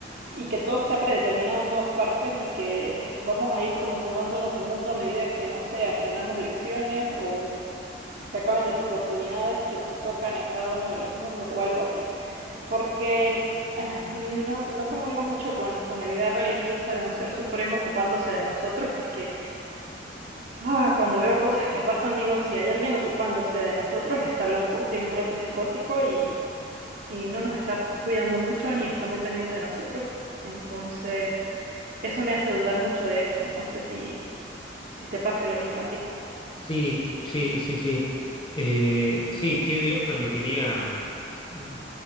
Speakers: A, on the right; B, on the left.
A: y que todo está predeterminado en todas partes y que vamos a ir como mudándonos de mundo a medida que, no sé, aprendamos lecciones o se acaben las oportunidades que nos tocan en cada uno de los mundos o algo así. Porque ah, no, no comulgo mucho con, con la idea religiosa de un ser supremo ocupándose de nosotros, porque Ah, cuando veo cosas que pasan, digo, si hay alguien ocupándose de nosotros, está loco, tiene un brote psicótico y, y no nos está cuidando mucho ni está muy pendiente de nosotros. Entonces, eso me hace dudar mucho de eso. No sé si, si te pase lo mismo a ti.
B: sí, sí, sí, sí. Eh, sí, ¿qué Dios permitiría? eh,